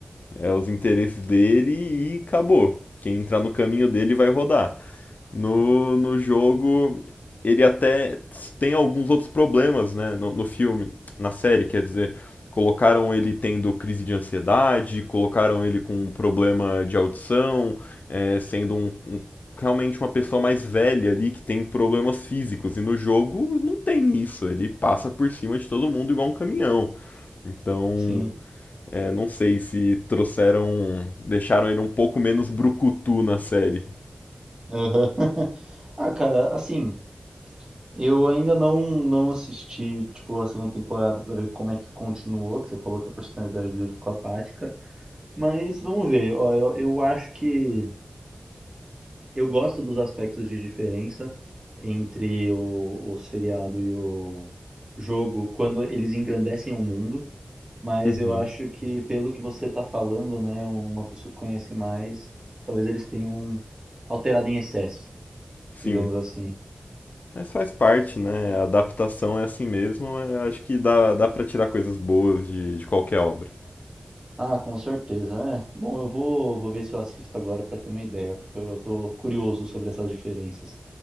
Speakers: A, on the left; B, on the right.
A: É os interesses dele e acabou. Quem entrar no caminho dele vai rodar. No, no jogo, ele até tem alguns outros problemas, né? No, no filme, na série, quer dizer, colocaram ele tendo crise de ansiedade, colocaram ele com um problema de audição, é, sendo um, um- realmente uma pessoa mais velha ali que tem problemas físicos. E no jogo não tem isso, ele passa por cima de todo mundo igual um caminhão. Então,
B: Sim.
A: é, não sei se trouxeram, deixaram ele um pouco menos brucutu na série.
B: Aham. <laughs> Ah, cara, assim, eu ainda não não assisti, tipo, a segunda temporada pra ver como é que continuou, que você falou que a personalidade dele ficou apática, mas vamos ver. Ó, eu, eu acho que Eu gosto dos aspectos de diferença entre o, o seriado e o jogo quando eles engrandecem o mundo, mas
A: Uhum.
B: eu acho que pelo que você está falando, né, uma pessoa que conhece mais, talvez eles tenham alterado em excesso,
A: Sim.
B: digamos assim.
A: Mas faz parte, né? A adaptação é assim mesmo. é, Eu acho que dá, dá para tirar coisas boas de, de qualquer obra.
B: Ah, com certeza. É. Bom, eu vou, vou ver se eu assisto agora para ter uma ideia, porque eu tô curioso sobre essas diferenças.